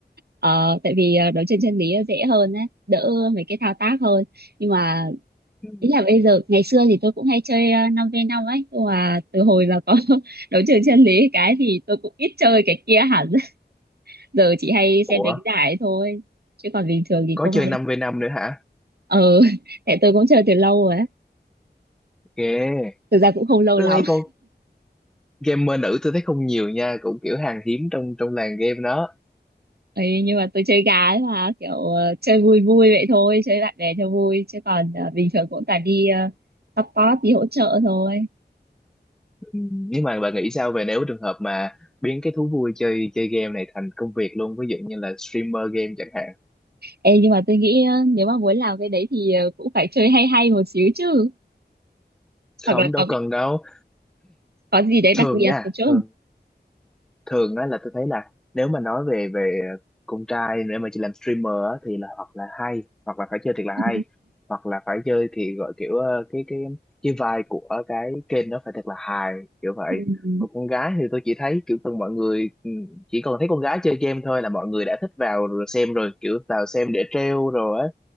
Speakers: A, on the right; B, in the centre.
A: ờ tại vì ờ, đấu trường chân lý dễ hơn ấy, đỡ mấy cái thao tác hơn. Nhưng mà
B: Ừ.
A: ý là bây giờ ngày xưa thì tôi cũng hay chơi ờ, 5v5 ấy, nhưng mà từ hồi mà có <laughs> đấu trường chân lý cái thì tôi cũng ít chơi cái kia hẳn. <laughs> Giờ chỉ hay
B: Ủa,
A: xem đánh giải thôi. Chứ còn bình thường thì
B: có
A: không
B: chơi
A: hay.
B: năm v năm nữa hả?
A: ừ <laughs> tại tôi cũng chơi từ lâu rồi á.
B: Ghê.
A: thực ra cũng không lâu
B: Tôi
A: lắm
B: thấy con gamer nữ tôi thấy không nhiều nha, cũng kiểu hàng hiếm trong trong làng game đó.
A: ấy nhưng mà tôi chơi gà ấy mà kiểu ờ, chơi vui vui vậy thôi chơi bạn bè cho vui chứ còn ờ, bình thường cũng toàn đi uh, support đi hỗ trợ thôi
B: Ừ, nếu mà bạn nghĩ sao về nếu trường hợp mà biến cái thú vui chơi chơi game này thành công việc luôn ví dụ như là streamer game chẳng hạn
A: Ê, nhưng mà tôi nghĩ ờ, nếu mà muốn làm cái đấy thì ờ, cũng phải chơi hay hay một xíu chứ hoặc
B: không
A: là
B: đâu
A: có
B: cần đâu
A: có gì đấy đặc
B: thường
A: biệt
B: nha
A: một chút
B: thường thường á là tôi thấy là nếu mà nói về về con trai để mà chị làm streamer á, thì là hoặc là hay hoặc là phải chơi thiệt là
A: ừ.
B: hay hoặc là phải chơi thì gọi kiểu ờ, cái cái cái vibe của cái kênh nó phải thật là hài kiểu vậy
A: Ừ.
B: còn con gái thì tôi chỉ thấy kiểu thường mọi người ừ, chỉ cần thấy con gái chơi game thôi là mọi người đã thích vào rồi xem rồi kiểu vào xem để trêu rồi á